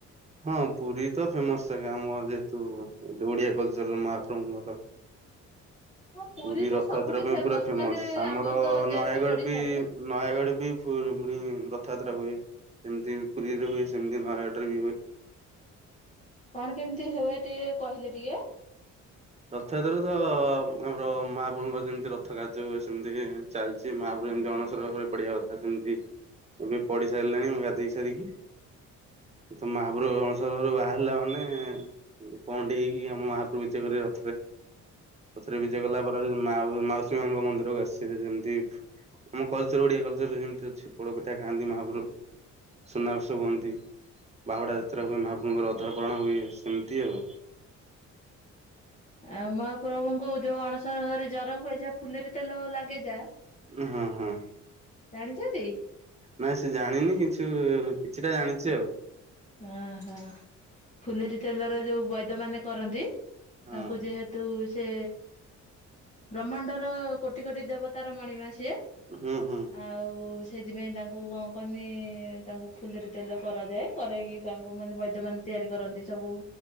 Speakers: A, on the right; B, on the left.
A: ହଁ ପୁରୀ ତ ଫେମସେ ଆମର ଯେହେତୁ। <unintelligible> <unintelligible> ମହାପ୍ରଭୁ କଥା।
B: ହଁ
A: ପୁରୀ
B: ତ
A: ରଥଯାତ୍ରା
B: ସବୁଠି
A: ପାଇଁ ପୁରା ଫେମସ
B: ମାନେ
A: ଆମର
B: ତ ଯେହେତୁ
A: ନୟାଗଡ
B: ଓଡିଶାରେ
A: ବି ନୟାଗଡ ବି ପୁ ରଥଯାତ୍ରା ହୁଏ ଯେମିତି ପୁରୀରେ ହୁଏ ସେମିତି ନୟାଗଡ଼ ରେ ବି ହୁଏ। ହ
B: କଣ କେମିତି ହୁଏ ଟିକେ କହିଲେ ଟିକେ?
A: ରଥଯାତ୍ରା ତ ଆମର ମାହାଭଭୁଙ୍କର ଯେମିତି ରଥ କାର୍ଯ୍ୟ ହୁଏ ସେମିତି ଚାଲିଛି ମାହାଭବ ଏମତି ଅଣସର ଘରେ ପଢିବା କଥା ସେମିତି ଏବେ ପଢି ସାରିଲାଣି ମୁଁ ଗାଧେଇ ସାରିକି। <inaudible> ତ ମହାପ୍ରଭ ଅଣସର ଘରୁ ବାହାରିଲା ମାନେ କଡି ହେଇକି ଆମ ମହାପ୍ରଭୁ ବିଯେ କରି ବେ ପଥରେ ବିଜେ କଲା ପରେ ମା ମାଉସୀ ମାଙ୍କ ମନ୍ଦିରକୁ ଆସିବେ ଯେମିତି ଆମ କଲଚର ଓଡିଆ କଲଚର ଏମିତି ଅଛି ପୋଡପିଠା ଖାଆନ୍ତି ମହାପ୍ରଭୁ। ସୁନାବେସ ହୁଅନ୍ତି। ବାହୁଡା ଯାତ୍ରା ହୁଏ ମହାପ୍ରଭୁଙ୍କର ଅଧରପାଣ ହୁଏ ସେମିତି ଆଉ।
B: ଆଉ ମହାପ୍ରଭୁଙ୍କୁ ଯୋଉ ଅଣସ ଘରେ ଜର ହୁଏ ଯାହା ଫୁଲରେ ତେଲ ଲାଗେ ଯା
A: ହଁ ହଁ।
B: ଜାଣିଛନ୍ତିଛନ୍ତି?
A: ନାଇଁ ସେ ଜାଣିନି କିଛି, କିଛିଟା ଜାଣିଛି ଆଉ
B: ଓହୋ, ଫୁଲେରୀ ତେଲର ଯୋଉ ବୈଦ୍ୟ ମାନେ କରନ୍ତି
A: ହଁ
B: ତାଙ୍କୁ ଯେହେତୁ ସେ ବ୍ରହ୍ମାଣ୍ଡର କୋଟି କୋଟି ଦେବତାର ମଣିମା ସିଏ
A: ହୁଁ ହୁଁ
B: ଆଉ ତାଙ୍କୁ ଦିନେ କଣ କହନି, ତାଙ୍କୁ ଫୁଲେରି ତେଲ କରାଯାଏ, କରାହେଇକି ତାଙ୍କୁ ମାନେ ବୈଦ୍ୟ ମାନେ ତିଆରି କରନ୍ତି ସବୁ